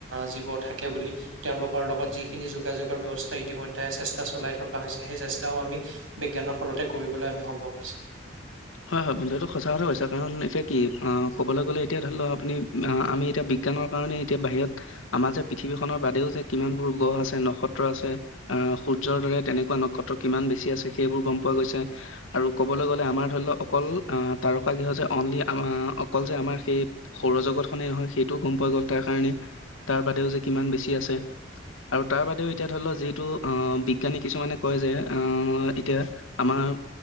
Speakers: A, on the right; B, on the left.
A: জীৱ থাকে বুলি তেওঁলোকৰ লগত যিখিনি যোগাযোগৰ ব্যৱস্থা ইতিমধ্যে চেষ্টা চলাই থকা হৈছে৷ সেই চেষ্টাও আমি বিজ্ঞানৰ ফলতে কৰিবলৈ সম্ভৱ হৈছে।
B: হয়, হয় বন্ধটো সঁচা কথা কৈছা কাৰণ এতিয়া কি অ' ক'বলৈ গ'লে এতিয়া ধৰি ল' আপুনি আমি এতিয়া বিজ্ঞানৰ কাৰণে এতিয়া বাহিৰত আমাৰ যে পৃথিৱীখনৰ বাদেও যে কিমানবোৰ গ্ৰহ আছে নক্ষত্ৰ আছে। অ', সূৰ্যৰ দৰে তেনেকুৱা নক্ষত্ৰ কিমান বেছি আছে সেইবোৰ গম পোৱা গৈছে আৰু ক'বলৈ গ'লে আমাৰ ধৰি ল' অকল তাৰকা গৃহ যে অনলি আম অকল যে আমাৰ সেই সৌৰ জগতখনে নহয় সেইটো গম গ'ল তাৰ কাৰণে তাৰ বাদেও যে কিমান বেছি আছে। আৰু তাৰ বাদেও এতিয়া ধৰি লও যিহেতু আহ বিজ্ঞানী কিছুমানে কয় যে আহ এতিয়া আমাৰ <inaudible>